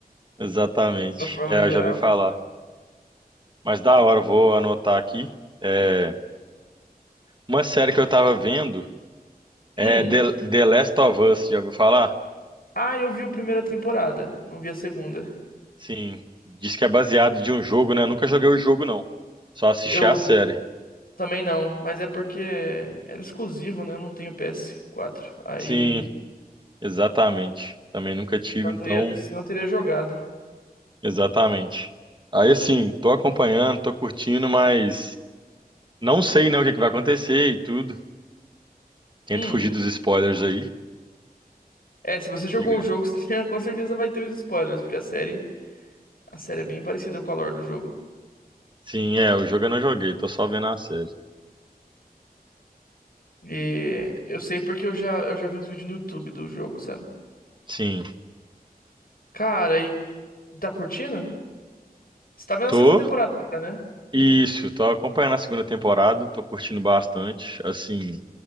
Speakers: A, on the right; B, on the left.
A: Exatamente.
B: De uma forma
A: É,
B: geral.
A: eu já vi falar. Mas da hora, eu vou anotar aqui. É, uma série que eu tava vendo
B: Hum.
A: é The, The Last of Us, já ouviu falar?
B: Ah, eu vi a primeira temporada, não vi a segunda.
A: Sim. Diz que é baseado de um jogo, né? Nunca joguei o jogo, não. Só assisti
B: Eu
A: a série.
B: também não, mas é porque era exclusivo, né? Eu não tenho ps quatro Aí.
A: Sim, exatamente. Também nunca tive,
B: Não
A: então,
B: teria, senão eu teria jogado.
A: exatamente. Aí, assim, tô acompanhando, tô curtindo, mas não sei, né, o que é que vai acontecer e tudo. Tento
B: Hum.
A: fugir dos spoilers aí.
B: É, se você jogou
A: Diga.
B: o jogo, <laughs> você com certeza vai ter os spoilers, porque a série, a série é bem parecida com a lore do jogo.
A: Sim, é, o jogo eu não joguei, tô só vendo a série.
B: E eu sei porque eu já, eu já vi uns vídeos no YouTube do jogo, sabe?
A: Sim,
B: Cara, e tá curtindo? Você tá vendo
A: tô.
B: a segunda temporada agora, né?
A: Isso, tô acompanhando a segunda temporada, tô curtindo bastante. Assim,